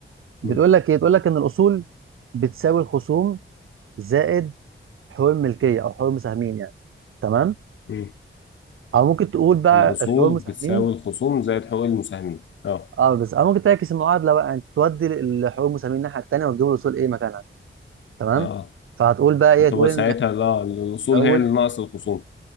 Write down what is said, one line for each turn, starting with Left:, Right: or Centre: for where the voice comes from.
Right: بتقول
Left: مم.
Right: لك ايه بتقول لك ان الاصول بتساوي الخصوم زائد حقوق الملكيه او حقوق المساهمين يعني تمام
Left: مم.
Right: او ممكن تقول بقى
Left: الاصول
Right: الحقوق المساهمين
Left: بتساوي الخصوم زائد حقوق المساهمين اه
Right: اه بس او ممكن تعكس المعادله بقى يعني تودي ال- الحقوق المساهمين الناحيه التانيه وتجيب الاصول ايه مكانها تمام
Left: اه
Right: فهتقول بقى ايه
Left: هتبقى
Right: تقول ان
Left: ساعتها لا الأصول
Right: اول
Left: هي اللي ناقص الخصوم